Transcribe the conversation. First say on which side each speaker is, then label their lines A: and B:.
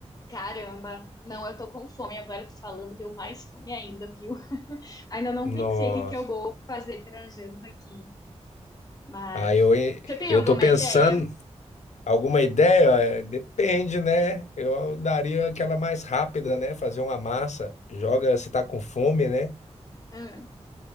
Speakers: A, on the left; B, on the left.
A: caramba. Não, eu tô com fome. Agora tô falando, deu mais fome ainda, viu? <laughs> Ainda não
B: Nossa.
A: pensei o que que eu vou fazer pra janta aqui. Mas
B: Aí eu,
A: você tem
B: eu
A: alguma
B: tô pensando,
A: ideia?
B: alguma ideia? É, Depende, né? Eu daria aquela mais rápida, né? Fazer uma massa. Joga se tá com fome, né?
A: Hum.